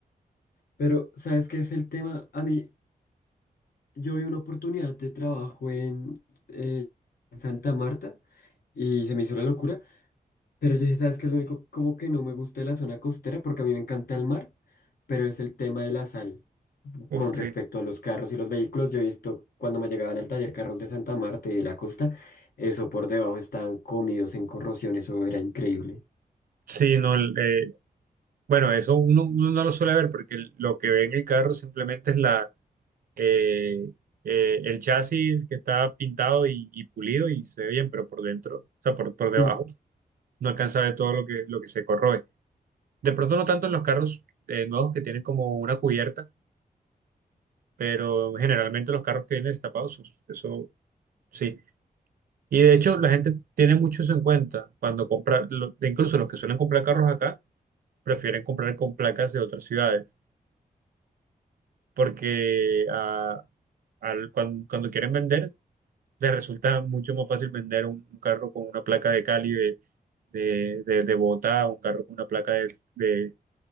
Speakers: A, on the left; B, on the right.
A: Pero, ¿sabes qué es el tema? A mí, yo vi una oportunidad de trabajo en, eh, Santa Marta y se me hizo la locura. Pero yo dije, ¿sabes qué es lo único como que no me gusta de la zona costera? Porque a mí me encanta el mar, pero es el tema de la sal.
B: Uf,
A: Con respecto
B: sí.
A: a los carros y los vehículos, yo he visto cuando me llegaban al taller carros de Santa Marta y de la costa, eso por debajo estaban comidos en corrosión, eso era increíble.
B: Sí, no, eh, bueno, eso uno, uno no lo suele ver porque el- lo que ve en el carro simplemente es la, eh, eh, el chasis que está pintado y, y pulido y se ve bien, pero por dentro, o sea, por, por debajo,
A: Mm,
B: no alcanza a ver todo lo que, lo que se corroe. De pronto no tanto en los carros eh, nuevos que tienen como una cubierta, pero generalmente los carros que vienen destapados, pues, eso sí. Y de hecho la gente tiene mucho eso en cuenta cuando compra, lo- de incluso los que suelen comprar carros acá, prefieren comprar con placas de otras ciudades, porque ah, al- cuan- cuando, quieren vender, les resulta mucho más fácil vender un, un carro con una placa de Cali, de, de, de, de Bogotá, un carro con una placa de, de,